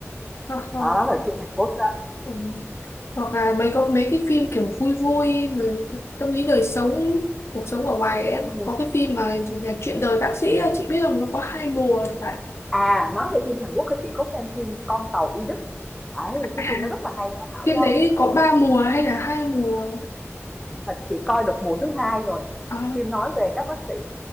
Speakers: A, on the left; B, in the centre.
A: hoặc là
B: đó, đó là phim Hàn Quốc đó
A: ừ, hoặc là mấy có mấy cái phim kiểu vui vui mà tâm lý đời sống cuộc sống ở ngoài em
B: ừ
A: có cái phim mà gì là chuyện đời bác sĩ chị biết không nó có hai mùa các bạn
B: À, nói về phim Hàn Quốc thì chị có xem phim Con tàu Y Đức. Ấy, cái
A: à,
B: phim nó rất là hay nha Thảo
A: phim
B: nha.
A: đấy có ba mùa hay là hai mùa
B: Thật chị coi được mùa thứ hai rồi.
A: À,
B: Phim nói về các bác sĩ